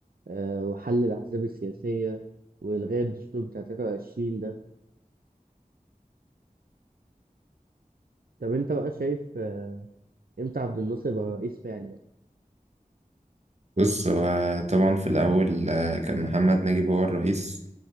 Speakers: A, on the right; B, on the right.
A: أه وحل الأحزاب السياسية وإلغاء الدستور بتاع 23 طب انت بقى شايف آه، امتى عبد الناصر يبقى رئيس فعلي يعني
B: بص هو طبعا في الأول آه، كان محمد نجيب هو الرئيس